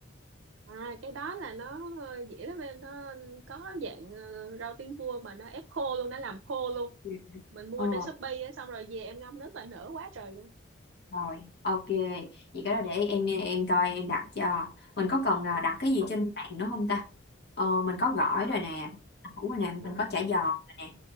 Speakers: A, on the right; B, on the left.
A: à cái đó là nó ờ, dễ lắm em nó có dạng ờ, rau tiến vua mà nó ép khô luôn nó làm khô luôn
B: Ừ.
A: mình mua
B: ờ
A: trên Shopee á xong rồi về em ngâm nước là nở quá trời luôn
B: rồi ok vậy cái đó để em em coi em đặt cho mình có cần là
A: ừ
B: đặt cái gì trên mạng nữa không ta ờ mình có gỏi
A: ờ
B: rồi nè ẩu rồi nè mình
A: ừ
B: có chả giò rồi nè